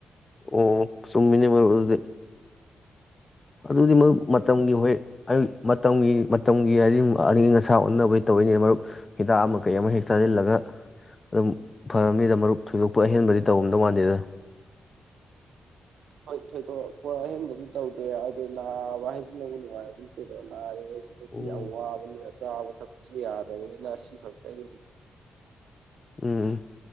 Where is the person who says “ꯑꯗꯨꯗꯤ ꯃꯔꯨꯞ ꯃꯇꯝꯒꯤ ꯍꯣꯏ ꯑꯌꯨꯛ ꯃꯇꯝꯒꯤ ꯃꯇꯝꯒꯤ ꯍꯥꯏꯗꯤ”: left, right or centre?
Left